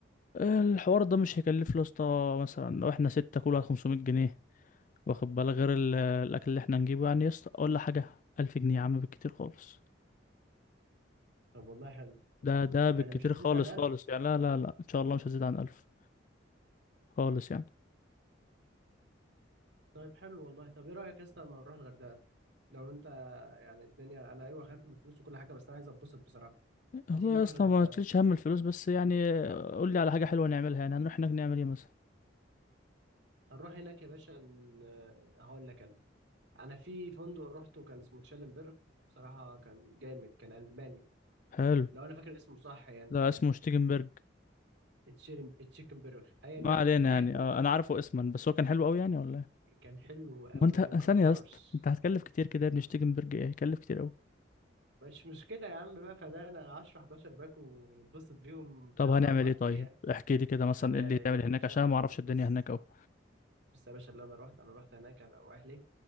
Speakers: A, on the left; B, on the right.
A: الحوار ده مش هيكلف له يا اسطى مثلا لو احنا ستة كل واحد 500 جنيه واخد بالك غير ال- الاكل اللي احنا نجيبه يعني يا اسطى ولا حاجة 1000 جنيه يا عم بالكتير خالص
B: طب والله حلو
A: ده ده بالكتير
B: يعني مش هتزيد
A: خالص
B: عن 1000
A: خالص يعني لا لا لا ان شاء الله مش هزيد عن 1000 خالص يعني
B: طيب حلو والله طب إيه رأيك يا اسطى لما نروح الغردقة لو أنت يعني الدنيا أنا أيوه خايف من الفلوس وكل حاجة بس أنا عايز أتبسط بصراحة
A: والله
B: ما تيجي نروح
A: يا اسطى
B: الغردقة
A: ما تشيلش هم الفلوس بس يعني قول لي على حاجة حلوة نعملها يعني هنروح هناك نعمل ايه مثلا
B: هنروح هناك يا باشا ن- آه، هقول لك أنا أنا في فندق روحته كان اسمه تشالنبرغ بصراحة كان جامد كان ألماني
A: حلو
B: لو انا فاكر اسمه صح يعني
A: لا اسمه شتيجنبرج
B: تشيكن تشيكن برجر ايا
A: ما
B: يكن
A: علينا
B: <laughs>
A: يعني
B: يعني
A: آه، انا عارفه اسما بس هو كان حلو قوي يعني ولا ايه
B: كان حلو قوي
A: ما انت
B: او كان
A: ثانيه
B: طرش
A: يا اسطى انت هتكلف كتير كده يا ابني شتيجنبرج ايه هيكلف كتير قوي
B: مش مشكله يا عم بقى فدانا 10 11 باك ونتبسط بيهم 3
A: طب هنعمل
B: 4
A: ايه طيب
B: ايام
A: احكي لي كده مثلا
B: هنعمل
A: ايه اللي تعمل
B: ايه يا باشا
A: هناك عشان أنا ما اعرفش الدنيا
B: بص
A: هناك قوي
B: بص يا باشا اللي انا رحت انا رحت هناك انا واهلي